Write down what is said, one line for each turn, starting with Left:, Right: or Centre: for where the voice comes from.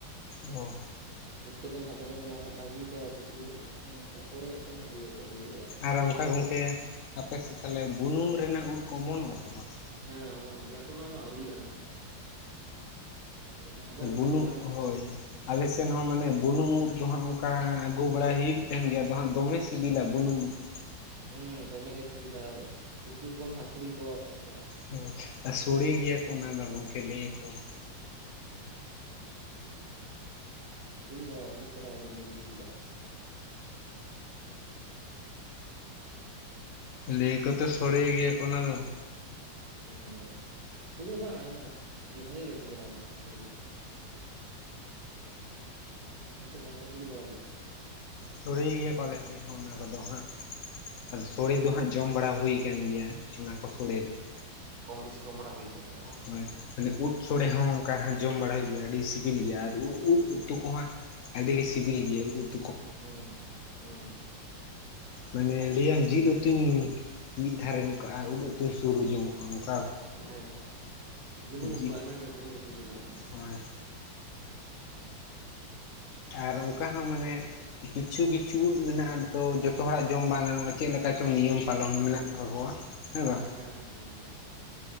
Left: ᱚ
Right: ᱯᱩᱴᱠᱟᱹ ᱫᱚ ᱱᱟᱦᱟᱜ ᱫᱚᱢᱮ ᱫᱚ ᱱᱟᱦᱟᱜ ᱟᱹᱣᱨᱤ ᱠᱟ ᱠᱚᱣᱟ ᱠᱤᱪᱷᱩ ᱯᱚᱨᱮ <unintelligible> ᱦᱩᱭᱩᱜᱼᱟ ᱾
Left: ᱟᱨ ᱚᱱᱠᱟ ᱜᱚᱝᱠᱮ ᱟᱯᱮ ᱥᱮᱫ ᱛᱟᱦᱚᱞᱮ ᱵᱩᱱᱩᱢ ᱨᱮᱱᱟᱜ ᱩᱫᱽ ᱠᱚ ᱚᱢᱚᱱᱚᱜᱼᱟ ᱥᱮ ᱵᱟᱝ?
Right: ᱦᱮᱸ ᱚᱢᱚᱱᱚᱜ ᱜᱮᱭᱟ ᱛᱚ, ᱚᱱᱟ ᱫᱚ ᱟᱹᱣᱨᱤᱭᱟ ᱱᱟᱦᱟᱜ ᱾ ᱡᱟᱦᱟᱸ ᱠᱚᱨᱮ
Left: ᱵᱩᱞᱩᱜ
Right: ᱦᱩᱭᱩᱜ ᱠᱟᱱᱟ ᱚᱱᱟ ᱠᱚᱨᱮ
Left: ᱦᱳᱭ
Right: ᱦᱩᱭᱩᱜ ᱠᱟᱱ ᱜᱮᱭᱟ
Left: ᱟᱞᱮ ᱥᱮᱱ ᱦᱚᱸ ᱢᱟᱱᱮ ᱵᱩᱱᱩᱝ ᱩᱫᱽ ᱫᱚ ᱦᱟᱸᱜ ᱚᱱᱠᱟ ᱟᱹᱜᱩ ᱵᱟᱲᱟᱭ ᱦᱩᱭᱩᱜ ᱛᱟᱦᱮᱱ ᱜᱮᱭᱟ, ᱟᱫᱚ ᱦᱟᱸᱜ ᱫᱚᱢᱮ ᱥᱤᱵᱤᱞᱟ ᱵᱩᱞᱩᱝ ᱩᱫᱽ ᱾
Right: ᱦᱮᱸ ᱫᱚᱢᱮ ᱜᱮ ᱥᱩᱵᱤᱫᱷᱟ ᱩᱛᱩ ᱠᱚ ᱱᱟᱜ ᱥᱩᱲᱤ ᱠᱚ ᱚᱱᱠᱟ
Left: ᱦᱳ ᱟᱨ ᱥᱚᱲᱮ ᱜᱮᱭᱟ ᱠᱚ ᱚᱱᱟ ᱫᱚ ᱜᱚᱢᱠᱮ ᱞᱟᱹᱭ ᱟᱠᱚ ᱾
Right: ᱦᱮᱸ ᱾ <unintelligible> ᱟᱹᱰᱤ ᱪᱮᱨᱦᱟ, ᱟᱹᱰᱤ ᱢᱚᱡᱽ ᱜᱮ ᱥᱤᱵᱤᱞᱟ <inaudible>
Left: ᱞᱟᱹᱭ ᱠᱚ ᱛᱚ ᱥᱚᱲᱮ ᱜᱮᱭᱟ ᱠᱚ. ᱚᱱᱟ ᱫᱚ ᱾
Right: ᱦᱮᱸ ᱥᱚᱲᱮ ᱦᱚᱸ ᱵᱟᱝ ᱟᱭᱢᱟ ᱵᱷᱟᱹᱜᱤ ᱜᱮ ᱥᱤᱠᱤᱞᱟ ᱦᱟᱱᱟᱜ ᱥᱚᱲᱮ ᱦᱚᱸ ᱾ ᱟᱯᱮ ᱥᱮᱫ ᱵᱟᱝ ᱠᱚ ᱥᱚᱲᱮ ᱵᱟᱲᱟᱭ ᱜᱮᱭᱟ?
Left: ᱥᱳᱲᱮ ᱜᱮᱭᱟ ᱠᱚ ᱟᱞᱮ ᱥᱮᱫ ᱦᱚᱸ ᱚᱱᱟ ᱠᱚᱫᱚ ᱦᱟᱸᱜ ᱾ ᱟᱫᱚ
Right: ᱟᱪᱪᱷᱟ
Left: ᱥᱚᱲᱮ
Right: ᱟᱪᱪᱷᱟ
Left: ᱫᱚ ᱦᱟᱸᱜ ᱡᱚᱢ ᱵᱟᱲᱟ ᱦᱩᱭ ᱟᱠᱟᱱ ᱜᱮᱭᱟ, ᱚᱱᱟ ᱠᱚ ᱥᱚᱲᱮ ᱫᱚ ᱾
Right: ᱠᱚᱢ ᱵᱮᱥᱤ ᱡᱚᱢ ᱵᱟᱲᱟ ᱦᱩᱭ ᱠᱟᱱᱟ ᱾
Left: ᱦᱳᱭ ᱢᱟᱱᱮ ᱩᱫᱽ ᱥᱳᱲᱮ ᱦᱚᱸ ᱚᱱᱠᱟ ᱡᱚᱢ ᱵᱟᱲᱟᱭ ᱦᱩᱭᱩᱜ ᱜᱮᱭᱟ ᱟᱹᱰᱤ ᱥᱤᱵᱤᱞ ᱜᱮᱭᱟ ᱟᱨ ᱩᱫᱽ
Right: ᱦᱩᱸ
Left: ᱩᱛᱩ ᱠᱚᱦᱚᱸ ᱟᱹᱰᱤ ᱥᱤᱵᱤᱞ ᱜᱮᱭᱟ ᱾
Right: ᱦᱮᱸ ᱦᱮᱸ ᱾
Left: ᱢᱟᱱᱮ ᱞᱟᱹᱭ ᱟᱢ ᱡᱤᱞ ᱩᱛᱩᱧ ᱢᱤᱫ ᱫᱷᱟᱨᱮ ᱜᱚᱫ ᱠᱟᱜᱼᱟ ᱩᱫᱽ ᱩᱛᱩᱧ ᱥᱩᱨ ᱡᱚᱧᱚᱜᱼᱟ ᱾
Right: ᱦᱮᱸ ᱦᱮᱸ ᱾ ᱵᱩᱱᱩᱢ
Left: ᱡᱤᱞ
Right: ᱫᱚ ᱟᱭᱢᱟ ᱜᱮ ᱫᱚᱢᱮ ᱜᱮ ᱥᱤᱵᱤᱞᱟ ᱾
Left: ᱦᱳᱭ ᱟᱨ ᱚᱱᱠᱟ ᱦᱚᱸ ᱢᱟᱱᱮ ᱠᱤᱪᱷᱩ ᱠᱤᱪᱷᱩ ᱩᱫᱽ ᱢᱮᱱᱟᱜᱼᱟ, ᱟᱫᱚ ᱡᱚᱛᱚ ᱦᱚᱲᱟᱜ ᱡᱚᱢ ᱵᱟᱝ ᱜᱟᱱᱚᱜᱼᱟ᱾ ᱪᱮᱫ ᱞᱮᱠᱟ ᱪᱚᱝ ᱱᱤᱭᱚᱢ ᱯᱟᱞᱚᱱ ᱢᱮᱱᱟᱜ ᱛᱟᱠᱚᱣᱟ᱾ ᱦᱮᱸ ᱵᱟᱝ?
Right: ᱦᱮᱸ ᱦᱮᱸ ᱦᱮᱸ ᱾